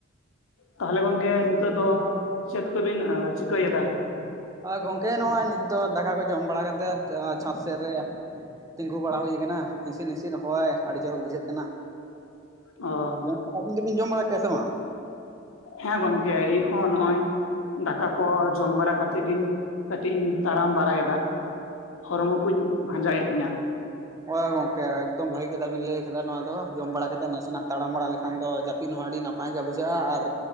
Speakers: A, on the left (about 85°); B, on the right (about 15°).
A: ᱛᱟᱦᱚᱞᱮ ᱜᱚᱝᱠᱮ ᱱᱤᱛᱚᱜ ᱫᱚ ᱪᱮᱫᱽ ᱠᱚᱵᱤᱱ ᱪᱤᱠᱟᱹᱭᱮᱫᱟ?
B: ᱟ ᱜᱚᱝᱠᱮ ᱱᱚᱜᱼᱚᱭ ᱱᱤᱛ ᱫᱚ ᱫᱟᱠᱟ ᱠᱚ ᱡᱚᱢ ᱵᱟᱲᱟ ᱠᱟᱛᱮᱫ ᱪᱷᱟᱫᱽ ᱥᱮᱫ ᱨᱮ᱾ ᱛᱤᱸᱜᱩ ᱵᱟᱲᱟ ᱦᱩᱭ ᱟᱠᱟᱱᱟ ᱦᱤᱥᱤᱫ ᱦᱤᱥᱤᱫ ᱦᱚᱭ ᱟᱹᱰᱤ ᱪᱚᱨᱚᱠ ᱵᱩᱡᱷᱟᱹᱜ ᱠᱟᱱᱟ ᱾
A: ᱚᱻ
B: ᱜᱚᱝᱠᱮ ᱟᱹᱵᱤᱱ ᱫᱚᱵᱤᱱ ᱡᱚᱢ ᱵᱟᱲᱟ ᱠᱮᱜ-ᱟ ᱥᱮ ᱵᱟᱝ?
A: ᱦᱮᱸ ᱜᱚᱢᱠᱮ ᱤᱨ ᱦᱚᱸ ᱱᱚᱜ-ᱚᱭ ᱫᱟᱠᱟ ᱠᱚ ᱡᱚᱢ ᱵᱟᱲᱟ ᱠᱟᱛᱮᱜ ᱜᱮᱧ ᱠᱟᱹᱴᱤᱡ ᱤᱧ ᱛᱟᱲᱟᱢ ᱵᱟᱲᱟᱭᱮᱫᱟ। ᱦᱚᱲᱢᱚ ᱠᱚᱧ ᱵᱷᱟᱸᱡᱟᱭᱮᱫ ᱛᱤᱧᱟᱹ।
B: ᱦᱚᱭ ᱜᱚᱝᱠᱮ ᱮᱠᱫᱚᱢ ᱵᱷᱟᱹᱜᱤ ᱠᱟᱛᱷᱟ ᱵᱤᱱ ᱞᱟᱹᱭ ᱟᱠᱟᱫᱟ ᱱᱚᱣᱟ ᱫᱚ ᱡᱚᱢ ᱵᱟᱲᱟ ᱠᱟᱛᱮᱛ ᱱᱟᱥᱮᱱᱟᱜ ᱛᱟᱲᱟᱢ ᱵᱟᱲᱟ ᱞᱮᱠᱷᱟᱱ ᱫᱚ ᱡᱟᱹ ᱟᱹᱯᱤᱱ ᱦᱚᱸ ᱟᱹᱰᱤ ᱱᱟᱯᱟᱭ ᱜᱮ ᱵᱩᱡᱷᱟᱹᱜᱼᱟ ᱟᱨ